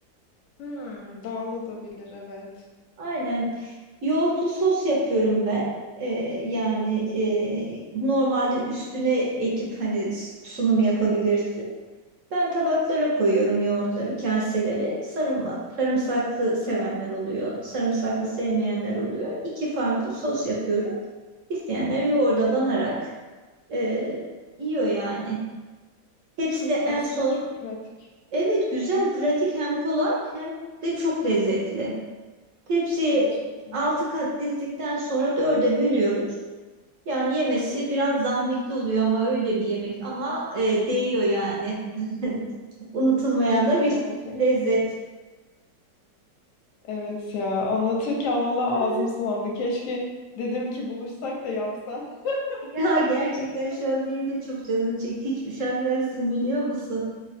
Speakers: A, on the left; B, on the right.
A: Hmm, dağılabilir evet.
B: Aynen. Yoğurtlu sos yapıyorum ben. Ee, yani e, normalde üstüne ekip hani s- sunum yapabilirsin. Ben tabaklara koyuyorum yoğurtları, kaselere. Sarımla, sarımsaklı sevenler oluyor, sarımsaklı sevmeyenler oluyor. İki farklı sos yapıyorum. İsteyenler yoğurda banarak e, yiyor yani. Hepsi de en
A: Aslında
B: son,
A: çok pratik.
B: evet güzel, pratik hem kolay hem de çok lezzetli. Tepsiye
A: Gerçekten.
B: 6 kat dizdikten sonra dörde bölüyoruz. Yani yemesi biraz zahmetli oluyor ama öyle bir yemek ama e, değiyor yani. <laughs> Unutulmayan
A: Ya
B: da
A: gerçekten.
B: bir lezzet.
A: Evet ya. Anlatırken valla
B: <laughs>
A: ağzım sulandı.
B: Ah,
A: Keşke dedim ki buluşsak da yapsam.
B: Ya
A: <laughs>
B: gerçekten
A: Gerçekten.
B: şu an benim de çok canım çekti. Hiç üşenmezsin biliyor musun?